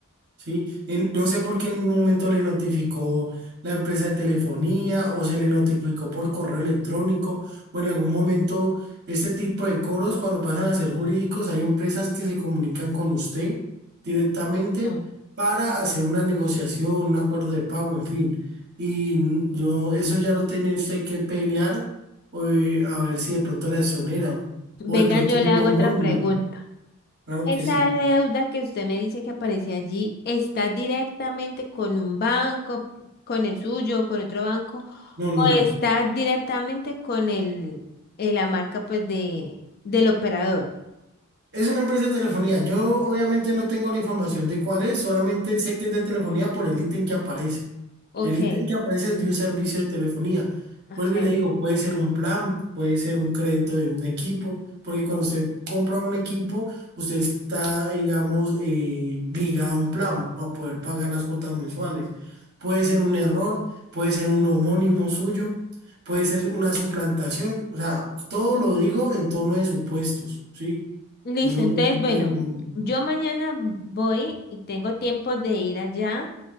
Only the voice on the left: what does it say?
No.
Venga,
yo
le hago
otra pregunta.
Esa
deuda que usted me dice que aparece allí, ¿está directamente con un banco, con el suyo, con otro banco,
o
está directamente con el, eh, la marca pues de, del operador?
Ok,
ok.
Listo,
entonces,
bueno,
yo mañana voy y tengo tiempo de ir allá